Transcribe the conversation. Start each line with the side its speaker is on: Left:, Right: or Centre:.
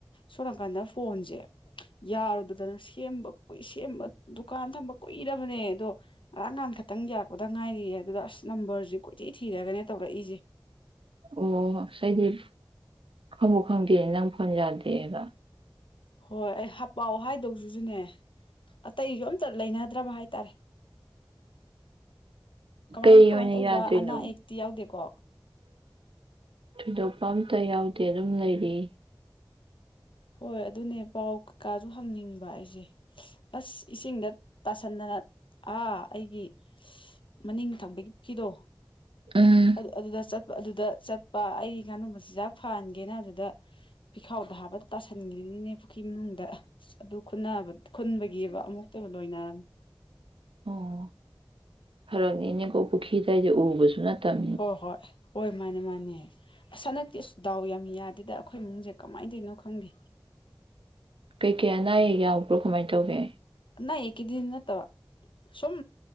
Left: ꯁꯣꯝꯅꯥꯀꯥꯟꯗ ꯐꯣꯟꯁꯦ ꯌꯥꯔꯨꯗꯗꯅ ꯁꯦꯝꯕꯏ ꯁꯦꯝꯕ ꯗꯨꯀꯥꯟ ꯊꯝꯕ ꯀꯨꯏꯔꯕꯅꯦ ꯑꯗꯣ ꯉꯔꯥꯡ ꯅꯍꯥꯜ ꯈꯛꯇꯪ ꯌꯥꯔꯛꯄꯗ ꯉꯥꯏꯔꯤꯌꯦ ꯑꯗꯨꯗ ꯑꯁ ꯅꯝꯕꯔꯁꯦ ꯀꯣꯏꯊꯤ ꯊꯤꯔꯒꯅꯦ ꯇꯧꯔꯛꯏꯁꯦ
Right: ꯑꯣ ꯑꯩꯗꯤ ꯈꯪꯕꯨꯨ ꯈꯪꯗꯦ ꯅꯪ ꯐꯣꯟ ꯌꯥꯗꯦꯒ
Left: ꯍꯣꯏ ꯑꯩ ꯄꯥꯎ ꯍꯥꯏꯗꯧꯁꯤꯁꯨꯅꯦ ꯑꯇꯩꯁꯨ ꯑꯝꯇ ꯂꯩꯅꯗ꯭ꯔꯕ ꯍꯥꯏꯇꯥꯔꯦ ꯀꯃꯥꯏꯟ
Right: ꯀꯩ
Left: ꯀꯃꯥꯏꯟ
Right: ꯑꯣꯏꯅ
Left: ꯇꯧꯏꯕ
Right: ꯌꯥꯗ꯭ꯔꯤꯅꯣ
Left: ꯑꯅꯥ ꯑꯌꯦꯛꯇꯤ ꯌꯥꯎꯗꯦꯀꯣ
Right: ꯊꯣꯏꯗꯣꯛꯄ ꯑꯝꯇ ꯌꯥꯎꯗꯦ ꯑꯗꯨꯝ ꯂꯩꯔꯤ
Left: ꯍꯣꯏ ꯑꯗꯨꯅꯦ ꯄꯥꯎ ꯀꯀꯥꯁꯨ ꯍꯪꯅꯤꯡꯕ ꯑꯩꯖꯦ ꯑꯁ ꯏꯁꯤꯡꯗ ꯇꯥꯁꯟꯗꯅ ꯑꯥ ꯑꯩꯒꯤ ꯃꯅꯤꯡ ꯊꯪꯕꯒꯤ ꯇꯤꯗꯣ
Right: ꯎꯝ
Left: ꯑꯗꯨ ꯑꯗꯨꯗ ꯆꯠ ꯑꯗꯨꯗ ꯆꯠꯄ ꯑꯩ ꯉꯥꯅꯨ ꯃꯆꯤꯖꯥꯛ ꯐꯍꯟꯒꯦꯅ ꯑꯗꯨꯗ ꯄꯤꯈꯥꯎꯗ ꯍꯥꯞꯄ ꯇꯥꯁꯟꯒꯔꯤꯅꯤꯅꯦ ꯄꯨꯈꯤ ꯃꯅꯨꯡꯗ ꯑꯁ ꯑꯗꯨ ꯈꯨꯟꯅꯕ ꯈꯨꯟꯕꯒꯤꯕ ꯑꯃꯨꯛꯇꯕ ꯂꯣꯏꯅꯔꯝ
Right: ꯑꯣ ꯐꯔꯛꯅꯤꯅꯦꯒꯨ ꯄꯨꯈꯤꯗꯩꯗꯤ ꯎꯕꯁꯨ ꯅꯠꯇꯝ
Left: ꯍꯣ ꯍꯣꯏ ꯍꯣꯏ ꯃꯥꯅꯦ ꯃꯥꯅꯦ ꯁꯅꯛꯇꯤꯑꯁ ꯗꯥꯎ ꯌꯥꯝ ꯌꯥꯗꯦꯗ ꯑꯈꯣꯏ ꯏꯃꯨꯡꯖꯦ ꯀꯃꯥꯏꯟ ꯇꯧꯔꯤꯅꯣ ꯈꯪꯗꯦ
Right: ꯀꯩꯀꯩ ꯑꯅꯥ ꯑꯌꯦꯛ ꯌꯥꯎꯕ꯭ꯔꯣ ꯀꯃꯥꯏꯟ ꯇꯧꯒꯦ
Left: ꯑꯅꯥ ꯑꯌꯦꯛꯀꯤꯗꯤ ꯅꯠꯇꯕ ꯁꯨꯝ